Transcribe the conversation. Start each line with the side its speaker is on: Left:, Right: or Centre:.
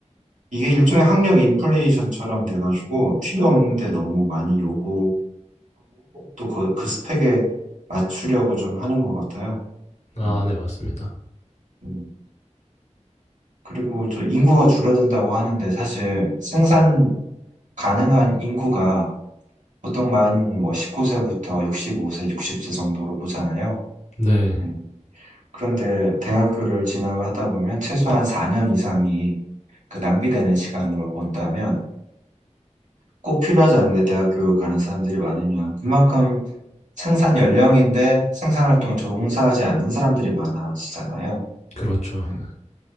Right: 이게 일종의 학력 인플레이션처럼 돼가지고 필요 없는데 너무 많이 요구하고 또 그, 그 스펙에 맞추려고 좀 하는 것 같아요.
Left: 아,
Right: 음,
Left: 네 맞습니다.
Right: 음. 그리고 저 인구가 줄어든다고 하는데 사실 생산 가능한 인구가 보통 많이 뭐 19세부터 65세, 60세 정도로 보잖아요.
Left: 네,
Right: 음. 그런데 대학교를 진학을 하다 보면 최소한 4년 이상이 그 낭비되는 시간으로 본다면 꼭 필요하지 않은데 대학 교육 가는 사람들이 많으면 그만큼 생산 연령인데 생산 활동에 종사하지 않는 사람들이 많아지잖아요.
Left: 그렇죠.
Right: 네.
Left: 네,